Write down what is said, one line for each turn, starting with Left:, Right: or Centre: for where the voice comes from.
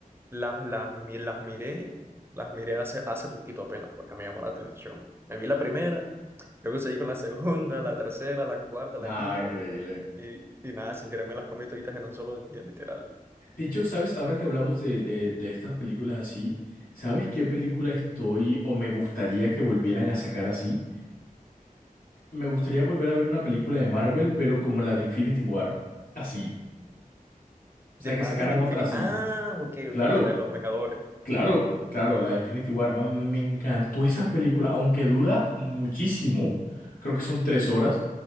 Right: las, las, mi- las miré, las miré hace, hace poquito apenas, porque me llamó la atención. Me vi la primera, luego seguí con la segunda, la tercera, la cuarta,
Left: nada,
Right: la quinta,
Left: increíble.
Right: y, y nada, sin querer me las comí toditas en un solo día, literal.
Left: De hecho, ¿sabes? Ahora que hablamos de, de, de estas películas así, ¿sabes qué película estoy o me gustaría que volvieran a sacar así? Me gustaría volver a ver una película de Marvel, pero como la de Infinity War. Así.
Right: De
Left: O sea, que
Right: Marvel
Left: sacaran
Right: Infinity,
Left: otra así.
Right: ah, ok,
Left: Claro.
Right: ok, las de los Vengadores,
Left: Claro, claro, la de Infinity War, man, me encantó esa película, aunque dura muchísimo, creo que son tres horas,